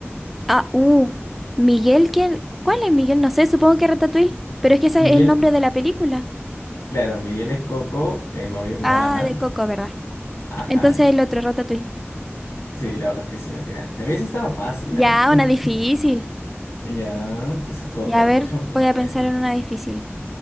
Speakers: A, in the centre; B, on the left.
A: Ah, uh, Miguel, ¿quién? ¿Cuál es Miguel? No sé, supongo que Ratatouille, pero es que ese
B: Miguel,
A: es el nombre de la película.
B: claro, Miguel es Coco, eh, Maui es Moana.
A: Ah, de Coco, ¿verdad?
B: Ajá.
A: Entonces el otro, Ratatouille.
B: Sí, la verdad es que sí, no tiene nada. También eso estaba fácil,
A: Ya,
B: ¿ah? <laughs>
A: una difícil.
B: Ya, entonces todo,
A: Y
B: para
A: a ver,
B: el próximo te
A: voy
B: hago
A: a
B: una
A: pensar
B: difícil.
A: en una difícil.